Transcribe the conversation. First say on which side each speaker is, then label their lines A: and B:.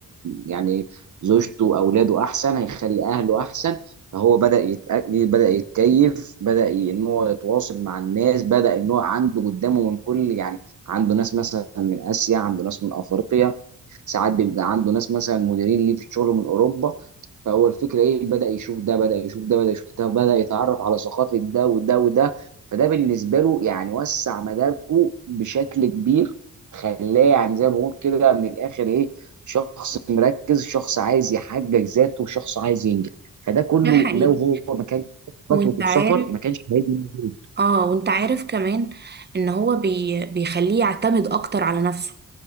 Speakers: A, on the right; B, on the right.
A: يعني زوجته اولاده احسن هيخلي اهله احسن فهو بدا يتأ... بدا يتكيف بدا ي- ان هو يتواصل مع الناس بدا ان هو عنده قدامه من كل يعني عنده ناس مثلا من اسيا عنده ناس من افريقيا ساعات بيبقى عنده ناس مثلا مديرين ليه في الشغل من اوروبا فهو الفكره ايه بدا يشوف ده بدا يشوف ده بدا يشوف ده بدا يتعرف على ثقافه ده وده وده فده بالنسبه له يعني وسع مداركه بشكل كبير خلاه يعني زي ما بقول كده من الاخر ايه شخص مركز شخص عايز يحقق ذاته شخص عايز ينجح فده كله
B: ده حقيقي
A: لو هو ما كانش خد
B: وانت
A: خطوه السفر
B: عارف
A: ما كانش هيجي موجود
B: اه وانت عارف كمان ان هو بي... بيخليه يعتمد اكتر على نفسه